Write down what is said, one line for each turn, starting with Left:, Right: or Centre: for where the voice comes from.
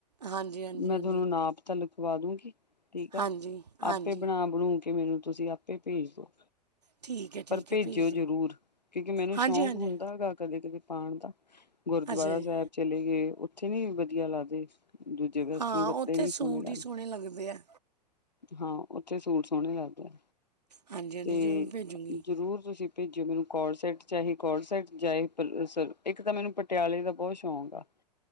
Right: ਹਾਂਜੀ, ਹਾਂਜੀ,
Left: ਮੈਂ
Right: ਹਾਂਜੀ।
Left: ਤੁਹਾਨੂੰ ਨਾਪ ਤਾਂ ਲਿਖਵਾ ਦੂਗੀ ਠੀਕ ਆ,
Right: ਹਾਂਜੀ ਹਾਂਜੀ
Left: ਆਪੇ ਬਣਾ ਬਣੂ ਕੇ ਮੈਨੂੰ ਤੁਸੀਂ ਤੇ ਭੇਜ ਦਿਓ,
Right: ਠੀਕ ਹੈ ਠੀਕ
Left: ਪਰ ਭੇਜਿਓ
Right: ਹੈ ਭੇਜ ਦਿਓ
Left: ਜ਼ਰੂਰ ਕਿਉਂਕਿ ਮੈਨੂੰ
Right: ਹਾਂਜੀ
Left: ਸ਼ੌਕ
Right: ਹਾਂਜੀ
Left: ਕਦੇ ਕਦੇ ਪਾਣ ਦਾ, ਗੁਰਦੁਆਰਾ
Right: ਅੱਛਾ ਜੀ
Left: ਸਾਹਿਬ ਚਲੇ ਗਏ ਉੱਥੇ ਵੀ ਵਧੀਆ ਲੱਗਦੇ। ਦੂਜੇ ਵੈਸਟਰਨ
Right: ਹਾਂ
Left: ਕੱਪੜੇ
Right: ਉੱਥੇ
Left: ਵੀ ਨੀ
Right: ਸੂਟ
Left: ਸੋਣੇ ਲਗਦੇ।
Right: ਹੀ ਸੋਹਣੇ ਲੱਗਦੇ ਆ
Left: ਹਾਂ ਉੱਥੇ ਸੂਟ ਸੋਹਣੇ ਲੱਗਦੇ ਆ।
Right: ਹਾਂਜੀ ਹਾਂਜੀ
Left: ਤੇ
Right: ਜ਼ਰੂਰ ਭੇਜੂੰਗੀ
Left: ਜ਼ਰੂਰ ਤੁਸੀਂ ਭੇਜਿਓ ਮੈਨੂੰ ਕੋਲ ਸੈਟ ਚਾਹੇ ਕੋਟ ਸੈਟ ਜਾ ਇੱਕ ਤਾਂ ਮੈਨੂੰ ਪਟਿਆਲੇ ਦਾ ਬਹੁਤ ਸ਼ੌਂਕ ਆ।